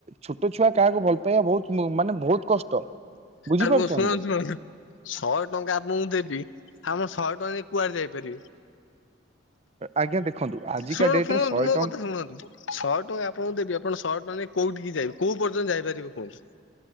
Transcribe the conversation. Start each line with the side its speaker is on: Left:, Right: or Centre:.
Right: ଛୋଟ ଛୁଆ କାହାକୁ ଭଲ ପାଇବା ବହୁତ ମାନେ ବହୁତ କଷ୍ଟ। ବୁଝିପାରୁଛନ୍ତି
Left: ଆଗୋ ଶୁଣନ୍ତୁ
Right: ତ
Left: ଶୁଣନ୍ତୁ। ଶହେ ଟଙ୍କା ଆପଣଙ୍କୁ ଦେବି ଆପଣ ଶହେ ଟଙ୍କା ନେଇ କୁଆଡେ ଯାଇପାରିବେ।
Right: ଆଜ୍ଞା ଦେଖନ୍ତୁ ଆଜିକା
Left: ଶୁଣନ୍ତୁ
Right: ଡେଟ
Left: ଶୁଣନ୍ତୁ
Right: ରେ ଶହେ
Left: ମୋ
Right: ଟଙ୍କା
Left: କଥା ଶୁଣନ୍ତୁ ଶହେ ଟଙ୍କା ଆପଣଙ୍କୁ ଦେବି ଆପଣ ଶହ ଟଙ୍କା ନେଇ କୋଉଠିକି ଯାଇ କୋଉ ପର୍ଯ୍ୟନ୍ତ ଯାଇପାରିବେ କୁହନ୍ତୁ।